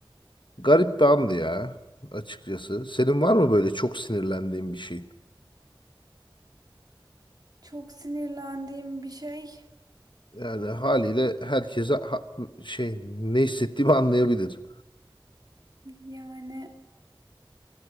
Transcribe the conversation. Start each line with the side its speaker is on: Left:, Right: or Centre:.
Left: Garip bir andı ya açıkçası. Senin var mı böyle çok sinirlendiğin bir şey?
Right: Çok sinirlendiğim bir şey.
Left: Yani haliyle herkese ha- şey ne hissettiğimi anlayabilir.
Right: Yani